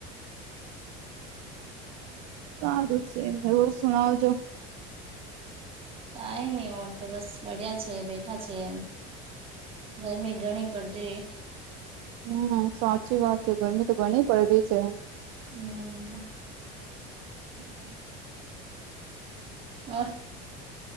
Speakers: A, on the right; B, on the right.
A: સારું છે હવું શુણાવ જો્
B: કઈ નહી વર તો બસ બઢિયા છે, બેઠા છે, એમ. ગરમી ઘણી પડતી
A: હમ સાચી વાત છે, ગરમી તો ઘણી પડ રહી છે.
B: હમ.
A: <inaudible>
B: ઓ